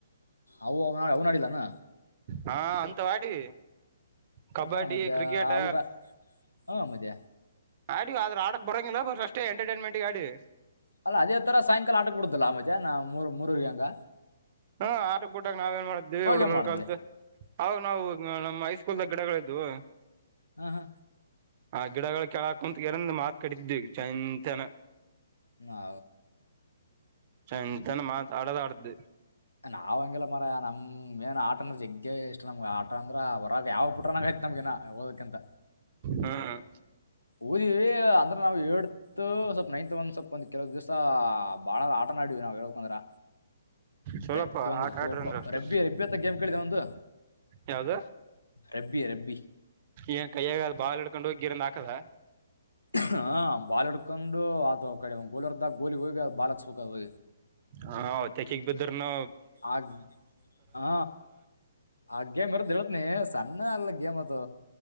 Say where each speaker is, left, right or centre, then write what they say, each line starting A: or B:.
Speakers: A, on the left (about 85°); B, on the right (about 35°).
A: ಅವವು ಅವನ ಅವ್ನಾಡಲ್ಲಾನ
B: ಹಾ ಅಂತ ಮಾಡಡಿ ಕಬಡ್ಡಿ
A: ಹಾ ಮತ್ತೆ
B: ಕ್ರಿಕೆಟ
A: ಅವುಗ ಹಾ ಮದಯಾ
B: ಆಡಿ ಆದ್ರ ಆಡಕ್ ಬರೋಂಗಿಲ್ಲ ಬ ಅಷ್ಟೇ ಎಂಟರ್ಟೈನ್ಮೆಂಟ್ಗ ಆಡಿ
A: ಅಲ್ಲ ಅದೇ ತರ ಸಾಯಂಕಾಲ ಆಟಕ್ ಬಿಡುದಿಲ್ಲಾ ಆ ಮಧ್ಯೆ ನಾ್ರ್ ಮೂರೂಗಂಗ
B: ಹ್ಮ ಆಟಕ್ ಕೊಟ್ಟಕ್ ನಾವ್ ಏನ್ ಮಾಡತೀವಿ ಹುಡ್ರ
A: ಏನ್ ಮಾಡಿದ್ರಿ
B: ಕಲ್ಸ ಅವ ನಾವು ನಮ್ಮ್ ಐಸ್ ಗಿಡಗಳಿದವು
A: ಹಾ ಹಾ
B: ಆ ಗಿಡಗಳು ಕೆೇಳಾಕತ್ ಎರಂದ್ ಮಾತ್ ಕಟ್ಟಿದ್ವಿ ಚಂತನ
A: ನಾ
B: ಸಂತಾನೆ ಮಾತ್ ಆಡೋದ ಆಡ್ದ
A: ನಾವುಂಗಲ್ಲ ಮರ ನಮ್ ಮೇನ್ ಆಟನ ಜಗ್ ಅ ಎಷ್ಟ್ ನಮ್ಗ ಆಟ ಅಂದ್ರ ಹೊರಾಗ ಯಾವ ಪುಟ್ರನಾಗ ಆಯ್ತ್ ನಮಗಗೆ ಓದಕ್ಕಿಂತ
B: ಹ್ಮ್
A: ಓದಿವವಿ ಅಂದ್ರ ನಾವು ಏಡ್ತ್ ಸ್ವಲ್ಪ್ ನೈನ್ತ್ ಒಂದ್ ಸ್ವಲ್ಪ ಒಂದ್ ಕೆಲವ ದಿವಸ ಬಾಳ ಆಟ ನಡವಿ ನಾವವು ಹೇಳ್ಕಂದ್ರ
B: ಚಲೋಪ
A: ಪ್ರತಿಯೊಂದು
B: ಆಟ
A: ಖೋ
B: ಆಡ್ರಿ
A: ಖೋ
B: ಅಂದ್ರ ಅಷ್ಟ
A: ರಬ್ಬಿ ರಬ್ಬಿ ಹತ್ತ ಗೇಮ್ ಕೇಳಿದೆ ಒಂದು
B: ಯಾವ್ದ
A: ರಬ್ಬಿ ರಬ್ಬಿ
B: ಏನ್ ಕೈಯಾಗ ಅ್ ಬಾಲ್ ಹಿಡ್ಕೊಂಡು ಹೋಗಿ ಗಿರಿಂದ ಹಾಕದ
A: ಹ ಬಾಲ್ ಹಡ್ಕೊಂಡು ಅತ ಕಡೆ ಗೋಲಿರ್ದಾಗ ಗೋಲಿ ಹೋಗಿ ಅದು ಬಾಲ್ ಹತ್ಕೋಗಿ
B: ಹ ತೆಕಿಗ್ ಬಿದ್ದರ್ ನ
A: ಆಗ್ ಹ ಆಗ್್ಯ ಮರದಳತ್ನ ಸಣ್ಣ ಅಲ್ಲ ಗೇಮ್ದು